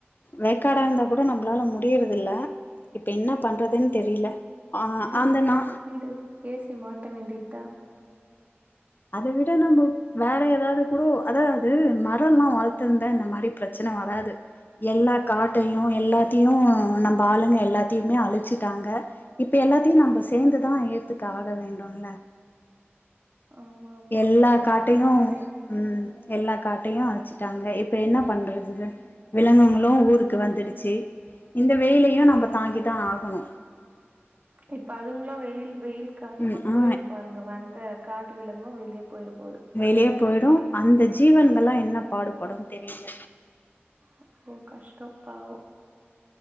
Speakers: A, on the left; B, on the right.
A: வேக்காடா இருந்தா கூட நம்பளால முடியறது இல்ல இப்ப என்ன பண்றதுன் தெரில ஆமா
B: வீட்டுக்கு
A: அந்தனா
B: வீடு ஏசி மாட்ட வேண்டியதா
A: அத விட நம்ம வேற ஏதாவது கூடு அதாவுது மரோல்லா வளத்திருந்த இந்த மாரி பிரச்சன வராது எல்லா காட்டையு எல்லாத்தையு நம்ம ஆளுங்க எல்லாத்தையுமே அழிச்சுட்டாங்க இப்ப எல்லாத்தையு நம்ம சேந்துதா எத்துக்கு ஆக வேண்டுல
B: ஆமா ஆமா.
A: எல்லா
B: காடும்
A: காட்டையு
B: கூட இல்ல.
A: ம் எல்லா காட்டையு அழிச்சு ட்டாங்க இப்ப என்ன பண்றது இத விலங்குங்களு ஊருக்கு வந்துடுச்சு இந்த வெயிலையு நம்ம தாங்கி தா ஆகணு
B: இப்ப அதுங்ளோ வெயில் வெயில் காரணமா
A: ம் ஆ
B: போயிரும் பாருங்க வந்த காட்டு விலங்கு வெளியே போயிற போது
A: வெளியே
B: வெயிலுக்கு
A: போயிடு அந்த ஜீவன்கள்லா என்ன பாடுபடும் தெரியல
B: அப்போ கஷ்டம் பாவம்